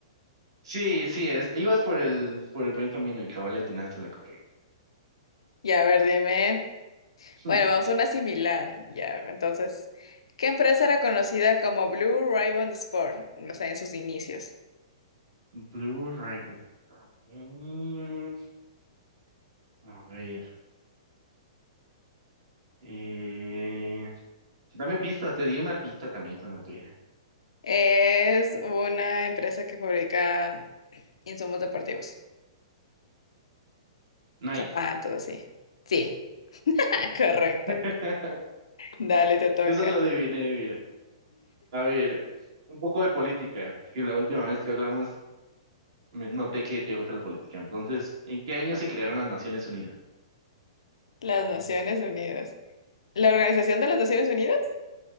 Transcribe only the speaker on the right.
Sí, sí, es, ibas por el, por el buen camino y cabal le atinaste la correcta.
Hmm,
Blue Rival. Mm, a ver. eh, dame pistas, te di una pista también con la tuya.
Nike.
<laughs>
Esa la adiviné, mira. A ver, un poco de política, que la última vez que hablamos me noté que te gusta la política. Entonces, ¿en qué año se crearon las Naciones Unidas?